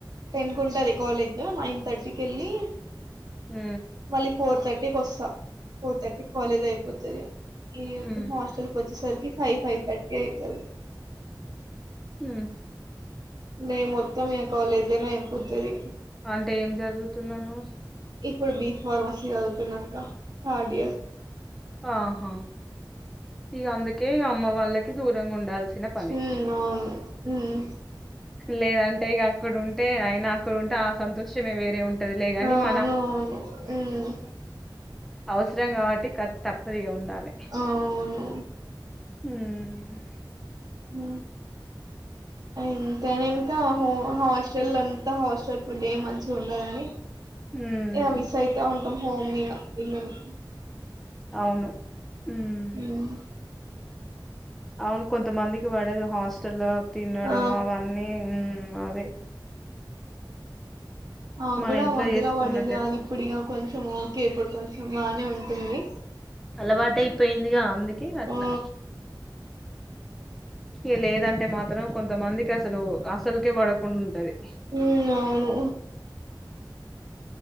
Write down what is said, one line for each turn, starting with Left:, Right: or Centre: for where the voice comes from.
Right: ten కు ఉంటది కాలేజ్ నైన్ థర్టీ కి వెళ్ళి
Centre: హ
Right: మళ్ళీ ఫోర్ వస్తా ఫోర్ థర్టీ కాలేజ్ అయిపోతుంది ఈ
Centre: ఉమ్
Right: హాస్టల్ కి వచ్చేసరికి ఫైవ్ ఫైవ్ థర్టీ అయితది
Centre: హ
Right: మే మొత్తం ఇగా కాలేజ్లోనే అయిపోతది
Centre: అంటే ఏం చదువుతున్నావ్ నువ్వు
Right: ఇప్పుడు బీఫార్మసీ చదువుతున్న అక్క థార్డ్ ఇయర్
Centre: ఆహా ఇగ అందుకే ఇగ అమ్మ వాళ్ళకి దూరంగా ఉండాల్సిన పని
Right: మ్మ్ అవును మ్మ్
Centre: లేదంటే ఇక అక్కడ ఉంటే అయినా అక్కడ ఉంటే ఆ సంతోషమే వేరే ఉంటా ది లే కానీ
Right: అవును
Centre: మనం
Right: అవును ఉమ్
Centre: అవసరం కాబట్టి క తప్పదిగా ఉండాలి
Right: అవును
Centre: మ్మ్
Right: మ్మ్ ఇంతని ఇంకా హాస్టల్ అంతా హాస్టల్ ఫుడ్ ఏం మంచిగా ఉండదు కాని
Centre: ఉమ్,
Right: ఏ మిస్ అయితా ఉంటాం హోమ్ మీ ఇగా ఇల్లు ని
Centre: అవును ఉమ్
Right: ఉమ్మ్
Centre: అవును కొంతమందికి పడదు హాస్టల్ లా తినడం
Right: ఆ
Centre: అవన్నీ అదే
Right: నాక్కూడా
Centre: మన ఇంట్లో
Right: మధ్యలో
Centre: చేసుకున్నట్టు
Right: వాడేది కాదు
Centre: ఎట్లా
Right: ఇప్పుడు ఇగా కొంచెం కొంచెం ఓకే ఇప్పుడు కొంచెం బానే ఉంటుంది
Centre: అలవాటయిపోయిందిగా అందుకే అట్లా
Right: ఆ
Centre: ఇ లేదు లేదంటే మాత్రం కొంతమందికి అసలు అసలుకే పడకుండా ఉంటంది
Right: ఉమ్ అవును